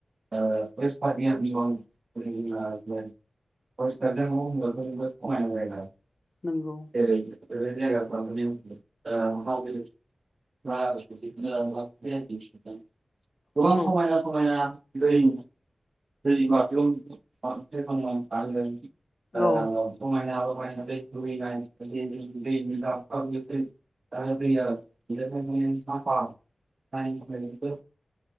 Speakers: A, on the right (about 55°); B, on the left (about 40°).
A: <unintelligible> <unintelligible>
B: नोंगौ।
A: <unintelligible> <unintelligible> गोबां समायना समायना
B: औ
A: दै दै माबायाव <unintelligible> बानायदों।
B: औ
A: ओ समायना रमायना दै बोहैनाय दैनि <unintelligible> नायनो थाखायबो